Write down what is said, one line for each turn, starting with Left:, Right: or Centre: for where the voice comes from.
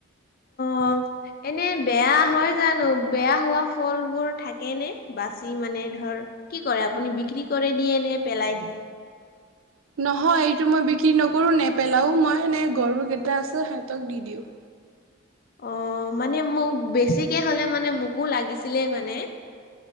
Left: অ এনে বেয়া হয় জানো? বেয়া হোৱা ফলবোৰ থাকে নে? বাচি মানে ধৰ কি কৰে আপুনি বিক্ৰী কৰে দিয়ে নে পেলাই দিয়ে?
Right: নহয় এইটো মই বিক্ৰী নকৰোঁ নেপেলাও মই এনে গৰু কেইটা আছে সিহঁতক দি দিওঁ।
Left: অ মানে মোক বেছিকে হলে মানে মোকো লাগিছিলে মানে।